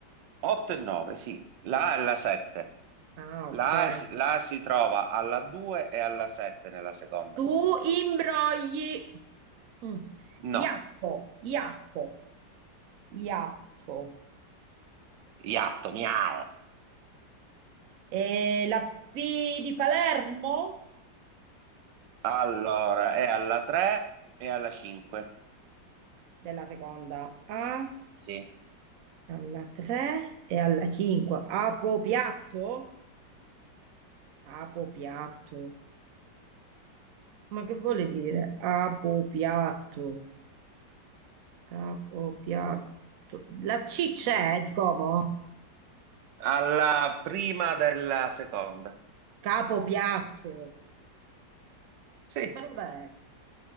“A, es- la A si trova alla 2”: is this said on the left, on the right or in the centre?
Right